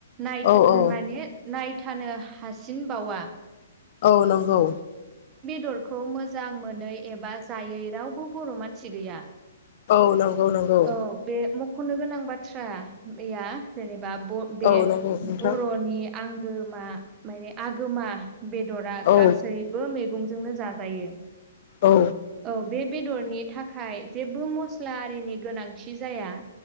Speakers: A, on the right; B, on the left.
A: नायथा
B: औ औ
A: माने नायथानो हासिनबावा
B: औ नंगौ
A: दरखौ मोजां मोनै एबा जायै रावबो बर' मानसि गैया
B: औ नंगौ-नंगौ
A: औ बे मख'नो गोनां बाथ्रा बेैया जेनेबा ब बे
B: औ नंगौ नोंथां
A: बर'नि आं गोमा माने आगोमा बेदरा
B: औ
A: गासैबो मैगं नो जाजायो
B: औ
A: औ बेद बेदरनि थाखाय जेबो मस्ला आरिनि गोनांथि जाया